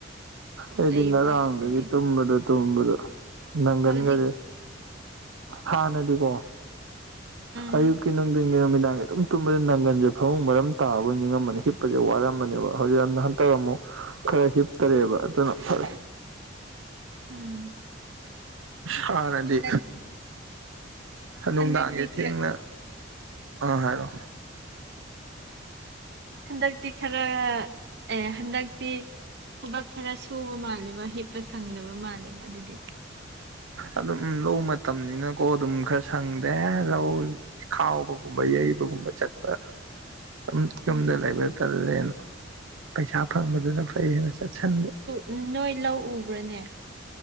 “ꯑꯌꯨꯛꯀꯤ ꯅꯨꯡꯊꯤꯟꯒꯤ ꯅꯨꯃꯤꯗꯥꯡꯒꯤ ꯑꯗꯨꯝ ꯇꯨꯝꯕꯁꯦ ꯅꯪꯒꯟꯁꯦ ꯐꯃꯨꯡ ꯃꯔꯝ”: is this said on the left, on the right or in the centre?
Right